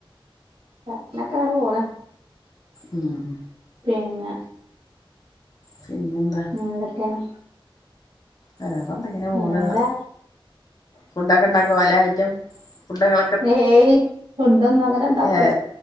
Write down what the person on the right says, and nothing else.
റ്റിണക്കങ്ങനെ പോണ്
പിന്നെ
പിന്നെന്തൊക്കേണ്
വേറെ
ഹേയ് ഫുഡോന്നൊങ്ങനെ ണ്ടാക്കൂല